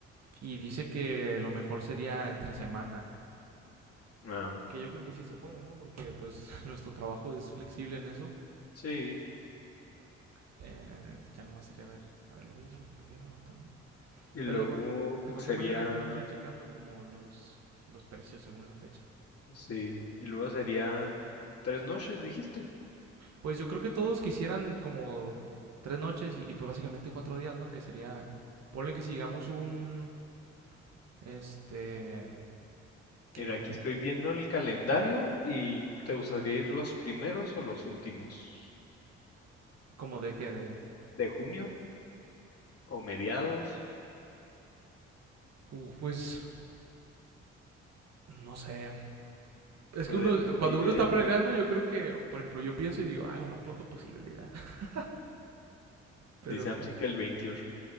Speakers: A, on the right (about 55°); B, on the left (about 50°).
A: Y dice que lo mejor sería entre semana.
B: Ah.
A: Que yo creo que sí se puede, ¿no? Porque pues <laughs> nuestro trabajo es flexible en eso.
B: Sí,
A: Eh, ya nomás sería a ver, a ver, lo voy a ir, lo voy a ir anotando.
B: y luego
A: Pero de, cual- de cualquier
B: sería,
A: manera ahí podemos ir checando como los, los precios según la fecha.
B: sí, y luego serían tres noches, dijiste.
A: Pues yo creo que todos quisieran como tres noches y, y pues básicamente cuatro días, ¿no? Que sería, ponle que si llegamos un, este, que
B: Mira,
A: un,
B: aquí estoy viendo el calendario y ¿te gustaría ir los primeros o los últimos
A: como de que de,
B: de junio o mediados?
A: uh, pues, no sé. Es
B: Podemos
A: que uno, cuando
B: ir
A: uno
B: el,
A: está planeando, yo creo que, o por ejemplo, yo pienso y digo, ah, lo más pronto posible ya. <laughs> Pero
B: dice
A: pues,
B: Amsi que el veintiocho